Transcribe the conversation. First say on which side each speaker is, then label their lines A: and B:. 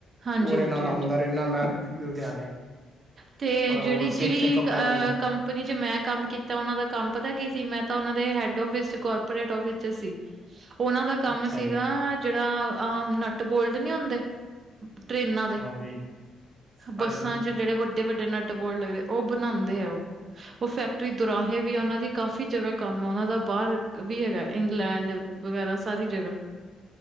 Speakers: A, on the right (about 45°); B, on the right (about 20°).
A: ਹਾਂਜੀ
B: ਓਰੇ
A: ਹਾਂਜੀ
B: ਨਾਲ ਅਉਂਦਾ
A: ਹਾਂਜੀ
B: ਰਹਿੰਨਾ ਮੈਂ ਲੁਧਿਆਣੇ।
A: ਤੇ
B: ਮਤਲਬ
A: ਜੇਹੜੀ
B: ਹੋਲਸੇਲ
A: ਜਿਹੜੀ
B: ਤੇ ਕੱਪੜਾ
A: ਅ
B: ਲੈਂਦਾ
A: ਕੰਮ ਕੰਨੀ ਚ ਮੈਂ ਕੰਮ ਕੀਤਾ ਓਨਾਂ ਦਾ ਕੰਮ ਪਤਾ ਕੀ ਸੀ ਮੈਂ ਤਾਂ ਓਨਾਂ ਦੇ ਹੈਡ ਔਫਿਸ ਚ ਕਾਰਪੋਰੇਟ ਔਫਿਸ ਚ ਸੀ। ਓਨਾਂ ਦਾ ਕੰਮ
B: ਅੱਛਾ
A: ਸੀਗਾ
B: ਜੀ
A: ਜਿਹੜਾ ਆ ਨਟ ਬੋਲਡ ਨੀ ਹੁੰਦੇ। ਟਰੇਨਾਂ ਦੇ
B: ਹਾਂਜੀ ਹਾਂਜੀ
A: ਬੱਸਾਂ ਚ। ਜੇਹੜੇ ਵੱਡੇ ਵੱਡੇ ਨਟ ਬੋਲਡ ਲਗਦੇ ਔ ਬਣਾਉਂਦੇ ਆ ਓਹ। ਓ ਫੈਕਟਰੀ ਦੁਰਾਹੇ ਵੀ ਔਨਾਂ ਦੀ ਕਾਫੀ ਜਗ੍ਹਾ ਕੰਮ ਓਹਨਾਂ ਦਾ ਬਾਹਰ ਵੀ ਹੈਗਾ ਇੰਗਲੈਂਡ। ਵਗੈਰਾ ਸਾਰੀ ਜਗ੍ਹਾ।